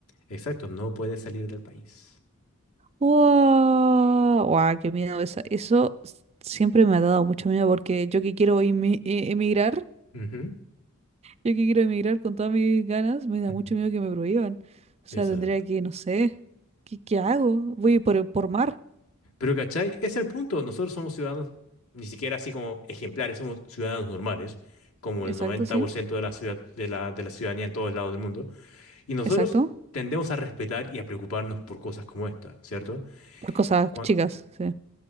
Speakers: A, on the left (about 70°); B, on the right (about 30°).
A: Exacto, no puedes salir del país.
B: ¡Wow! ¡Wow! ¡Qué miedo! Eso, eso s- siempre me ha dado mucho miedo porque yo que quiero emi- e- emigrar.
A: Ujú,
B: Yo que quiero emigrar con todas mis ganas, me da
A: ujú.
B: mucho miedo que me prohíban. O sea,
A: Exacto.
B: tendría que, no sé, ¿qué, qué hago? Voy por, por mar.
A: Pero, ¿cachai? Es el punto. Nosotros somos ciudadanos, ni siquiera así como ejemplares, somos ciudadanos normales, como
B: Exacto,
A: el 90%
B: sí.
A: de la ciudad, de la, de la ciudadanía en todos lados del mundo. Y nosotros
B: Exacto.
A: tendemos a respetar y a preocuparnos por cosas como esta, ¿cierto?
B: Por cosas
A: Cuan-
B: chicas, sí.